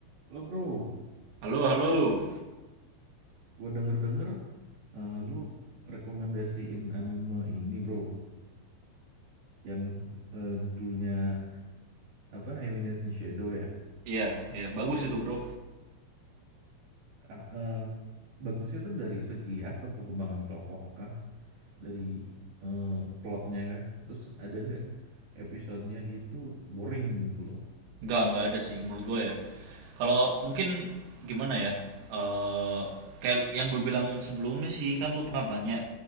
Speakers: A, on the right; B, on the right.
A: Halo bro,
B: Halo, halo.
A: gue denger-denger eh, lu rekomendasiin anime ini bro, yang eh, judulnya apa Eminence in Shadow ya.
B: Iya, iya, bagus itu, Bro.
A: Ah, eh, bagusnya tuh dari segi apa pengembangan tokoh kah? Dari eh, plotnya kah? Terus ada nggak episodenya dia itu boring gitu loh?
B: Enggak, enggak ada sih menurut gue ya. Kalau mungkin gimana ya? Eh kayak yang gue bilang sebelumnya sih kan lu pernah tanya.